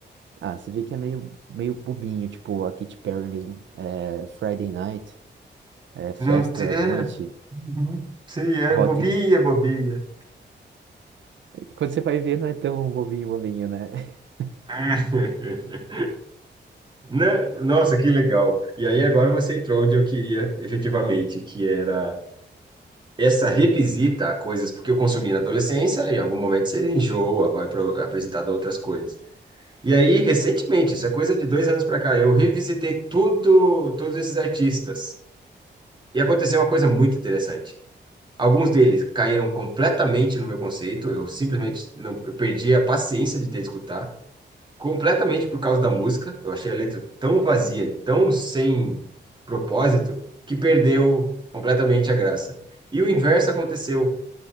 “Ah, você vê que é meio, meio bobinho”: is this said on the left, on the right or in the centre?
Right